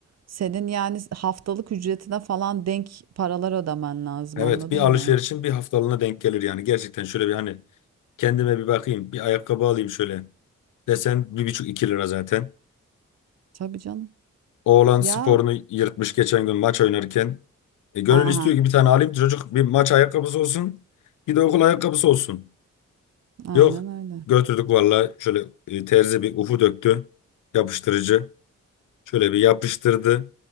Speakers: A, on the right; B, on the left.
A: senin yani haftalık ücretine falan denk paralar ödemen lazım
B: Evet
A: anladın
B: bir alışverişin
A: mı?
B: bir haftalığına denk gelir yani. Gerçekten şöyle bir hani Kendime bir bakayım. Bir ayakkabı alayım şöyle. Desen bir buçuk iki lira zaten.
A: Tabii canım.
B: Oğlan
A: Ya
B: sporunu yırtmış geçen gün maç oynarken. E, gönül
A: aha
B: istiyor ki bir tane alayım ki çocuk bir maç ayakkabısı olsun. Bir de okul ayakkabısı olsun.
A: aynen
B: Yok.
A: öyle.
B: Götürdük valla şöyle e, terzi bir ufu döktü. Yapıştırıcı. Şöyle bir yapıştırdı.